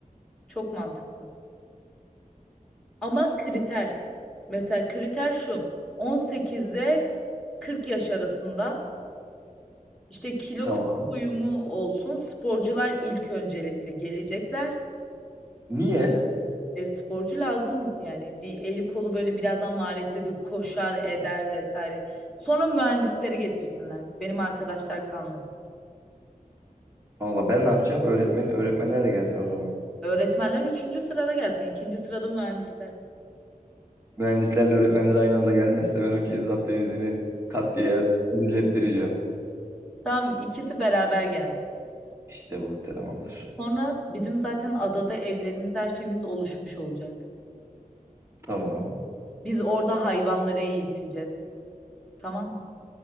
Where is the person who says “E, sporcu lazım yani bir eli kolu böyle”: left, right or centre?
Centre